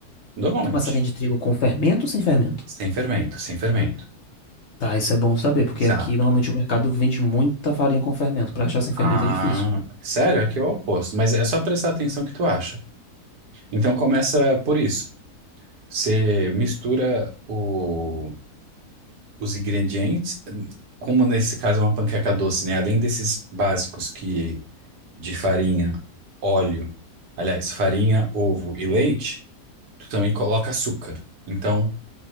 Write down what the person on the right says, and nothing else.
Normalmente.
Sem fermento, sem fermento.
Exato.
Ah,
sério? Aqui é o oposto. Mas é só prestar atenção que tu acha. Então começa por isso. Você mistura o- os ingredientes, como nesse caso é uma panqueca doce, né? Além desses básicos que de farinha, óleo, aliás, farinha, ovo e leite, tu também coloca açúcar. Então,